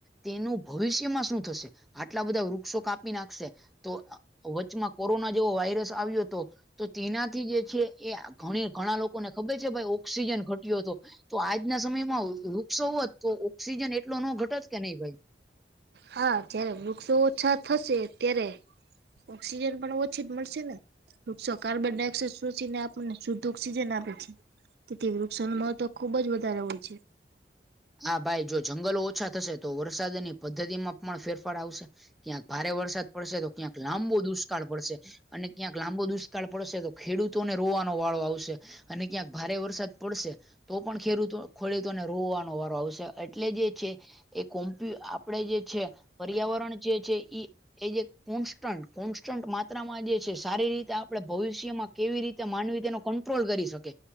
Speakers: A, in the centre; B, on the right.
A: તેનું ભવિષ્યમાં શું થશે આટલા બધા વૃક્ષો કાપી નાખશે તો વચમાં કોરોના જેવો વાયરસ આવ્યો તો તો તેનાથી જે છે એ ઘણી ઘણા લોકોને ખબર છે ભાઈ ઓક્સિજન ઘટ્યો હતો તો આજના સમયમાં વૃક્ષક્ષો હોત તો ઓક્સિજન એટલો ન ઘટત કે નહી ભાઈ
B: હા જ્યારે વૃક્ષો ઓછા થશે ત્યારે ઓક્સિજન પણ ઓછી જ મળશે ને વૃક્ષો કાર્બન ડાયોક્સાઇડ શોીને આપણને શુદ્ધ ઓક્સિજન આપે છે તેથી વૃક્ષોનું મહત્વ ખુબ જ વધારે હોય છે
A: હા ભાઈ જો જંગલો ઓછા થશે તો વરસાદની પદ્ધતિ માં પણ ફેરફાર આવશે ક્યાંક ભારે વરસાદ પડશે તો ક્યાંક લાંબો દુષ્કાળ પડશે અને ક્યાંક લાંબો દુષ્કાળ પડશે તો ખેડૂતોને રોવાનો વાળો આવશે અને ક્યાંક ભારે વરસાદ પડશે તો પણ ખેડૂતો ખેડૂતોને રોવાનો વા આવશે એટલે જે છે એ કોમ્પ આપડે જે છે પર્યાવરણ જે છે ઈ એ જે કોન્સ્ટન્ટ કોન્સ્ટન્ટ માત્રામાં જે છે સારી રીતે આપડે ભવિષ્યમાં કેવી રીતે માનવી તેનો કંટ્રોલ કરી શકે